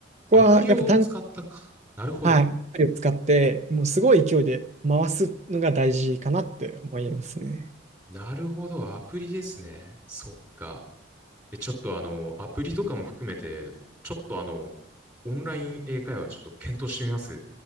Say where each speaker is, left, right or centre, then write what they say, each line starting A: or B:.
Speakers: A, on the right (about 35°); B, on the right (about 15°).
A: ここはやっぱ単、
B: アプリを使ったか。なるほど。
A: はい、アプリを使って、もうすごい勢いで回すのが大事かなって思いますね。
B: なるほど、アプリですね。そっか。え、ちょっとあの、アプリとかも含めて、ちょっとあの、オンライン英会話ちょっと検討してみます。